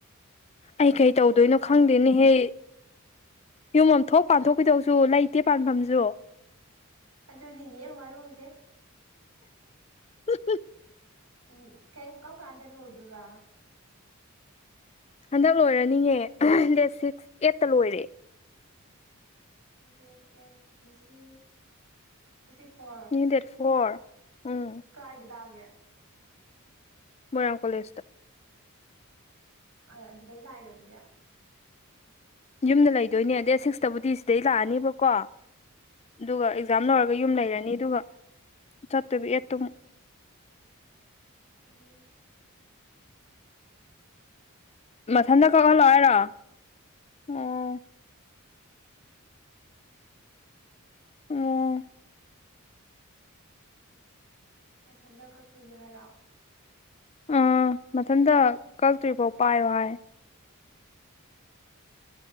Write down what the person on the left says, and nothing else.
ꯑꯩ
ꯀꯩ ꯇꯧꯗꯣꯏꯅꯣ
ꯈꯪꯗꯦꯅꯦꯍꯦ ꯌꯨꯝ ꯑ ꯊꯣꯛ ꯄꯥꯟ ꯊꯣꯛꯣꯛꯈꯤꯗꯧꯁꯨ ꯂꯩꯇ ꯇꯦ ꯄꯥꯟꯐꯝꯁꯨ
<inaudible>
ꯍꯟꯗꯛ ꯂꯣꯏꯔꯅꯤꯉ ꯗꯦꯠ ꯁꯤꯛꯁ ꯑꯦꯠꯇ ꯂꯣꯏꯔꯦ
ꯗꯦꯠ ꯐꯣꯔ ꯎꯝ
ꯃꯣꯏꯔꯥꯡ ꯀꯂꯦꯖꯇ
ꯌꯨꯝꯗ ꯂꯩꯗꯣꯏꯅꯦ ꯗꯦ ꯁꯤꯛꯁꯇꯕꯨꯗꯤ ꯁꯤꯗꯩ ꯂꯥꯛꯑꯅꯦꯕꯀꯣ ꯑꯗꯨꯒ
ꯑꯦꯛꯖꯥꯝ ꯂꯧꯣꯏꯔꯒ ꯌꯨꯝ ꯂꯩꯔꯅꯤ ꯅꯤ ꯑꯗꯨꯒꯒ ꯆꯠꯇꯨꯕꯤ ꯑꯦꯠꯇ <unintelligible>
ꯃꯊꯟꯗ ꯀꯛꯍꯜꯂꯣ ꯍꯥꯏꯔ ꯑꯣ ꯎꯝ
ꯑꯥ ꯃꯊꯟꯇ ꯀꯛꯇ꯭ꯔꯤꯐꯥꯎ ꯄꯥꯏꯌꯣ ꯍꯥꯏ